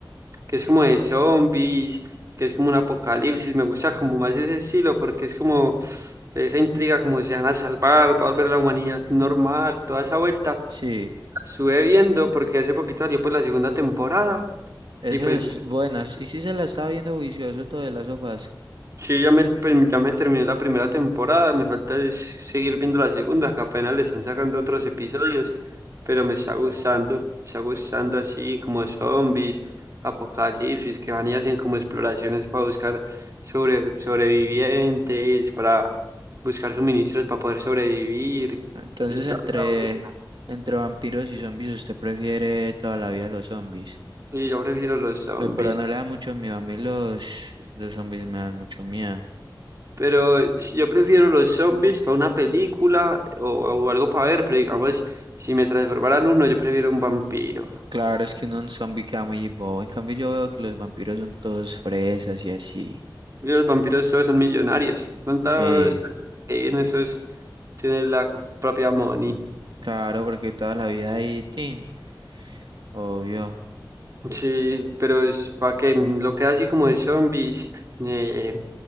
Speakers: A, on the right; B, on the right.
A: que es como de zombies, que es como un apocalipsis. Me gusta como más ese estilo porque es como esa intriga, como se van a salvar, va a volver la humanidad normal, toda esa vuelta.
B: sí,
A: La Estuve viendo porque hace poquito salió pues la segunda temporada
B: esas
A: y pues
B: buenas. Y sí sí se la estaba viendo vicioso todo de las sofás.
A: Sí, ya me, pues, ya me terminé la primera temporada, me falta es seguir viendo la segunda, que apenas le están sacando otros episodios, pero me está gustando, me está gustando así como zombies, apocalipsis, que van y hacen como exploraciones para buscar sobre, sobrevivientes, para buscar suministros para poder sobrevivir
B: Entonces,
A: y toda
B: entre,
A: esa vuelta.
B: entre vampiros y zombies, ¿usted prefiere toda la vida los zombies?
A: Sí, yo prefiero los zombies.
B: Lo- Pero no le da mucho miedo. A mí los, los zombies me dan mucho miedo.
A: Pero si yo prefiero los zombies para una película o, o algo para ver, pero digamos, si me transformaran uno, yo prefiero un vampiro.
B: Claro, es que uno un zombie queda muy bobo. En cambio, yo veo que los vampiros son todos fresas y así.
A: Y Los vampiros todos son millonarios. Son todos
B: Eh,
A: en esos tienen la propia money.
B: claro, porque toda la vida hay tin, obvio.
A: Sí, pero es para que Ujú. lo que así como de zombies, eh, eh,